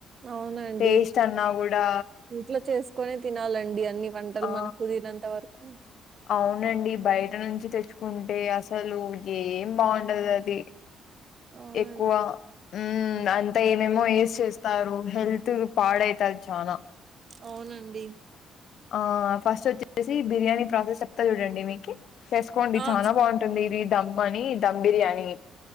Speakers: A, on the right (about 45°); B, on the left (about 70°).
A: అవునండి
B: టేస్ట్ అన్నా కూడా
A: ఇంట్లో చేసుకొని తినాలండి అన్ని వం పంటలు
B: ఆ
A: మనకు కుదిరినంత వరకు
B: అవునండి బయట నుంచి తెచ్చుకుంటే అసలు ఏం బాగుండదు అది
A: అవునండి
B: ఎక్కువ ఉమ్ అంతా ఏమేమో ఏసీ చేస్తారు హెల్త్ పాడైతాది చాన
A: అవునండి
B: ఆ ఫస్ట్ వచ్చేసి బిర్యానీ ప్రాసెస్ చెప్తా చూడండి మీకి చేసుకోండి
A: ఆ
B: చాన
A: చ-
B: బాగుంటుంది ఇది ధమ్ అని ధమ్ బిర్యానీ